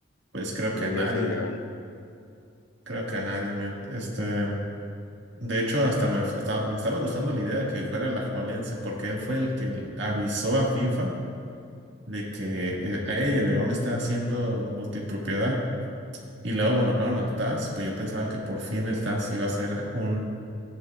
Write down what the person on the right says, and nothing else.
Pues creo
que a nadie,
creo que a nadie, man. Este, de hecho, hasta me, hasta me estaba gustando la idea que fuera la Alajuelense, porque él fue el que l- avisó a FIFA de que eh, "Ey, el León está haciendo multipropiedad. Y luego, bueno, fueron al TAS, pues yo pensaba que por fin el TAS iba a ser un,